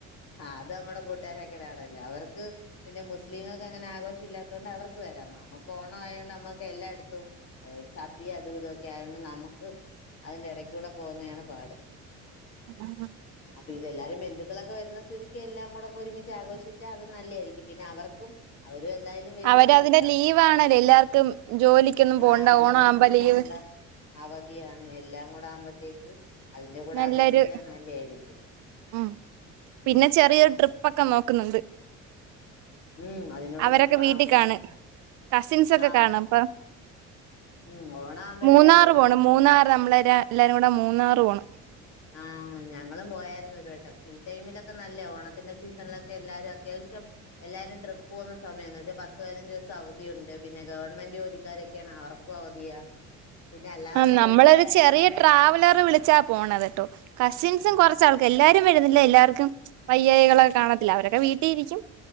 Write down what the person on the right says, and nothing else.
ഉം
അവര് അതിന്റെ
ലീവ് ആണല്ലോ എല്ലാവർക്കും ജോലിക്കൊന്നും പോണ്ട
ഓണം ആവുമ്പോ ലീവ്
നല്ലൊരു
ഉം പിന്നെ
ചെറിയൊരു
ട്രിപ്പ് ഒക്കെ നോക്കുന്നുണ്ട്.
അവരൊക്കെ
വീട്ടിൽ കാണും
കസിൻസ് ഒക്കെ
കാണും അപ്പൊ
മൂന്നാറ്
പോണം മൂന്നാറ് നമ്മളെ എര എല്ലാരും കൂടെ മൂന്നാറ് പോണം.
ആഹ് നമ്മളൊരു
ചെറിയ
ട്രാവലർ
വിളിച്ചാ പോണത് കേട്ടോ കസിൻസും
കൊറച്ചാൾക് എല്ലാരും വരുന്നില്ല എല്ലാവർക്കും വയ്യായികളൊക്കെ കാണത്തില്ലെ അവരൊക്കെ വീട്ടിലിരിക്കും